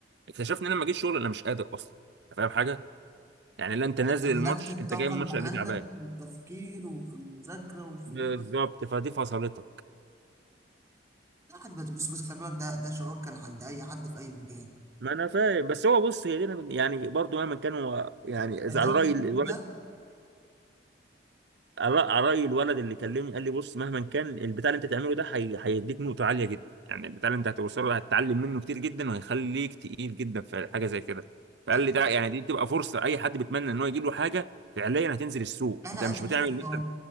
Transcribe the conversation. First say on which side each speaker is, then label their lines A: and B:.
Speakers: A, on the right (about 65°); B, on the right (about 15°).
A: اكتشفت ان انا لما جيت شغل انا مش قادر اصلا أنت فاهم حاجه يعني لا انت نازل
B: انت ملكت
A: الماتش
B: الطاقه
A: انت جاي من الماتش
B: اللي
A: قلبي
B: عندك
A: تعبان
B: في التفكير وفي المذاكره وفي
A: بالظبط فدي فصلتك
B: لا حد بس بس خلي بالك ده ده شعور كان عند اي حد في اي مجال
A: ما انا فاهم بس هو بص هي دي أنا من- يعني برضو مهما كان هو يعني
B: ده
A: اذا
B: تاني
A: على راي
B: يوم
A: الولد
B: ليك ده
A: على على راي الولد اللي كلمني قال لي بص مهما كان البتاع اللي انت تعمله ده هي... هيديك نقطه عاليه جدا يعني البتاع اللي انت هتوصله ده هتتعلم منه كتير جدا وهيخليك تقيل جدا في حاجه زي كده فقال
B: طيب
A: لي ده يعني دي بتبقى فرصه اي حد بيتمنى ان هو يجي له حاجه فعليا هتنزل السوق
B: انا
A: انت مش
B: اديك
A: بتعمل
B: شفت
A: مثلا
B: أهو.